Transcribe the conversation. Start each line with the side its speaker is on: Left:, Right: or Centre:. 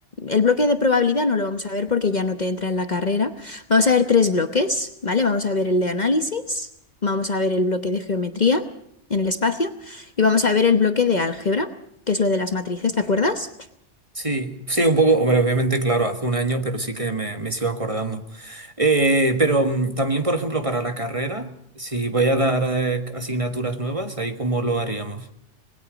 Left: el bloque de probabilidad no lo vamos a ver porque ya no te entra en la carrera. Vamos a ver tres bloques, ¿vale? Vamos a ver el de análisis, vamos a ver el bloque de geometría en el espacio y vamos a ver el bloque de álgebra, que es lo de las matrices, ¿te acuerdas?
Right: Sí, sí, un poco, hombre, obviamente, claro, hace un año, pero sí que me, me sigo acordando. Eh, pero mm, también, por ejemplo, para la carrera, si voy a dar eh, asignaturas nuevas, ahí cómo lo haríamos.